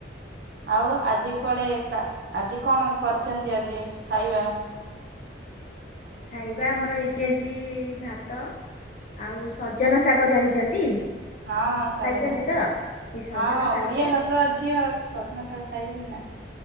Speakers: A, on the right; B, on the left.
A: ଆଉ ଆଜି କୁଆଡେ ଆଜି କଣ କରିଥାନ୍ତି ଆଜି ଖାଇବା?
B: ଖାଇବା ଆମର ହେଇଛି ଆଜି ଭାତ। ଆଉ ସଜନା ଶାଗ ଜାଣିଛନ୍ତି।
A: ହଁ ଶାଗ
B: ଖାଇଛନ୍ତି
A: ଜାଣିଚି
B: ତ ସେ ସଜନା
A: ହଁ
B: ଶାଗରେ
A: ଓଡିଆ ଘରର ଝିଅ ସଜମା ଶାଗ ଖାଇବିନି ନା।